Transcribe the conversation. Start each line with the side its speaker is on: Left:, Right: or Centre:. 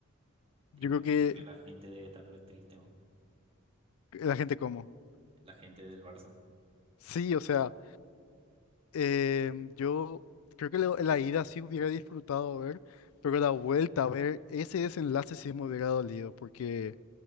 Left: Yo
Right: te imagino
Left: creo que
Right: que la gente debe estar re triste, ¿no?
Left: La gente como.
Right: La gente del Barça.
Left: Sí, o sea, eh, yo creo que lo- la ida sí hubiera disfrutado ver, pero la vuelta a ver ese desenlace sí me hubiera dolido, porque